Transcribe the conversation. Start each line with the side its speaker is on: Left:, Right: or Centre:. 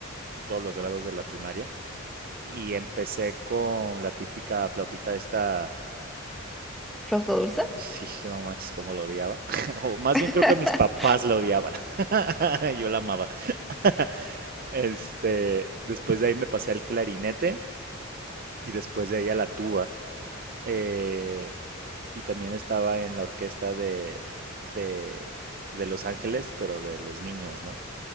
Right: todos los grados de la primaria y empecé con la típica flautita esta,
Centre: ¿Flauta dulce?
Right: sí, no manches, cómo la odiaba, <laughs> o más
Centre: <laughs>
Right: bien creo que mis papás la odiaban, <laughs> yo la amaba. <laughs> Este, después de ahí me pasé al clarinete y después de ahí a la tuba. eh, y también estaba en la orquesta de, de, de Los Ángeles, pero de los niños, ¿no?